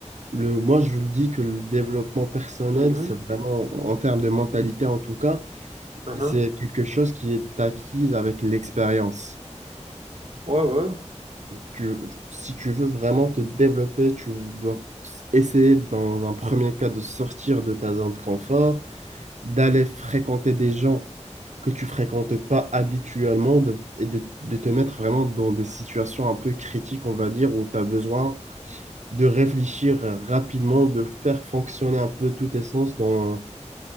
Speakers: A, on the right; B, on the right.
A: le, moi, je le dis que le développement personnel,
B: Mhm,
A: c'est vraiment, en termes de mentalité en tout cas,
B: mhm.
A: c'est quelque chose qui est acquise avec l'expérience.
B: Ouais, ouais.
A: tu- si tu veux vraiment te développer, tu dois essayer dans un premier cas de sortir de ta zone de confort, d'aller fréquenter des gens que tu fréquentes pas habituellement de- et de, de te mettre vraiment dans des situations un peu critiques, on va dire, où tu as besoin de réfléchir rapidement, de faire fonctionner un peu tous tes sens dans...